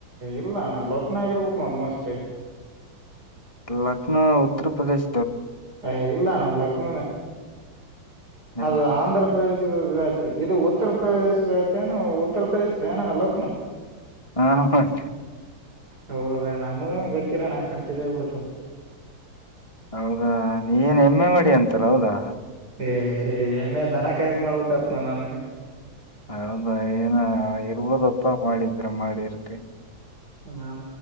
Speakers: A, on the right (about 50°); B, on the left (about 20°).
A: ಇಲ್ಲಣ ಲೋಕ್ನಾಯಕರ ಬುಕ್ ನೋಡ್ ಮೋಸ್ಟ್ಲಿ.
B: ಲಕ್ನೋ ಉತ್ತರ ಪ್ರದೇಶ.
A: ಅ ಇಲ್ಲಣ್ಣ ಲಕ್ನೋನ
B: ಹೈ-
A: ಅದು ಆಂಧ್ರ ಪ್ರದೇಶ. ೇಶ ಇದ ಇದು ಉತ್ತರ ಪ್ರದೇಶದ ಐತೆ ಏನ ಉತ್ತರ ಪ್ರದೇಶದ ಏನಣ್ಣ ಲೋಕ್ನ.
B: ಹಾ ಮತ್ತು.
A: ಹೌದು ಅಣ್ಣ ನಮಗೆ ಗೊತ್ತಿಲ್ಲಣ್ಣ ಕಂಪಿಸ ಆಗ್ಬಿಡ್ತು.
B: ಹೌದಾ ನೀ ಏನ ಎಮ್ ಎ ಮಾಡಿ ಅಂತಾರ ಹೌದಾ.
A: ಏ ಎಮ್ ಎ ದನ ಕಾಯಕಕ್ ಮಾಡ್ಬೇಕತ್ ನ ನನಗ್.
B: ಹೌದ ಏನ ಇರ್ಬದಪ್ಪ ಮಾಡಿದ್ರೆ ಮಾಡಿರ್ತಿ.
A: ನಾನಾ